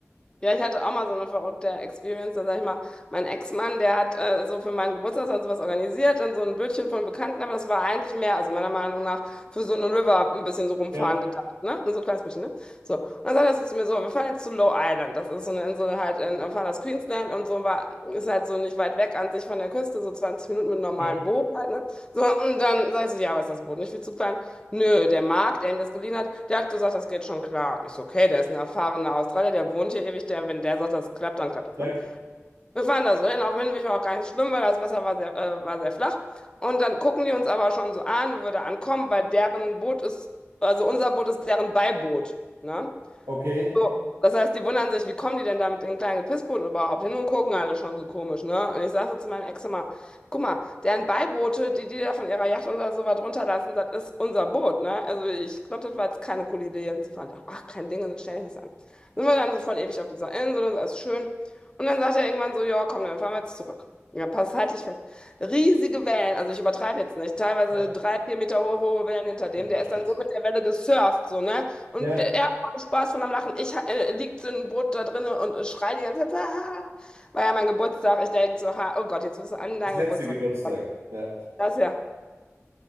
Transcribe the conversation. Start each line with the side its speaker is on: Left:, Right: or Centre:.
Left: ja, ich hatte auch mal so eine verrückte Experience. Dann sag ich mal, mein Ex-Mann, der hat äh, so für meinen Geburtstag dann sowas organisiert, dann so ein Bötchen von Bekannten, aber das war eigentlich mehr, also meiner Meinung nach, für so einen River ein bisschen so rumfahren
Right: Ja,
Left: gedacht, ne? So ein kleines bisschen, ne? So. Und dann sagt er so zu mir so, wir fahren jetzt zu Low Island. Das ist so eine Insel halt in, wir fahren aus Queensland und so war, ist halt so nicht weit weg an sich von der Küste, so 20 Minuten mit einem normalen
Right: ja,
Left: Boot halt, ne? So, und dann sag ich so, ja, aber ist das Boot nicht viel zu klein? Nö, der Mark, der ihm das geliehen hat, der hat gesagt, das geht schon klar. Ich so, okay, der ist ein erfahrener Australier, der wohnt hier ewig, der, wenn der sagt, das klappt, dann klappt das,
Right: ja,
Left: ne? Wir fahren da so hin, auf Windweg auch gar nicht so schlimm, weil das Wasser war sehr, äh, war sehr flach. Und dann gucken die uns aber schon so an, wo wir da ankommen, weil deren Boot ist, also unser Boot ist deren Beiboot, ne?
Right: okay.
Left: So, das heißt, die wundern sich, wie kommen die denn da mit den kleinen Pissboot überhaupt hin und gucken alle schon so komisch, ne? Und ich sag so zu meinem Ex immer, guck mal, deren Beiboote, die die da von ihrer Yacht oder so was runterlassen, das ist unser Boot, ne? Also ich glaube, das war jetzt keine coole Idee, Jens zu fahren. Ach, kein Ding, das stell ich nicht an. Sind wir dann so voll ewig auf dieser Insel und so, alles schön. Und dann sagt er irgendwann so, ja, komm, dann fahren wir jetzt zurück. Ja, pass, halt dich fest. Riesige Wellen, also ich übertreibe jetzt nicht, teilweise
Right: Ja,
Left: drei, vier Meter hohe, hohe Wellen hinter dem,
Right: ach du
Left: der
Right: Scheiße.
Left: ist dann so mit der Welle gesurft, so, ne? Und
Right: Ja,
Left: er Spaß von am Lachen. Ich äh, liegt so ein Brot da drinne und äh, schrei die ganze Zeit, ah, war ja mein Geburtstag. Ich denke so, ha, oh Gott, jetzt wirst du an deinen
Right: das letzte
Left: Geburtstag.
Right: Geburtstag.
Left: kommen.
Right: Ja.
Left: Das ja.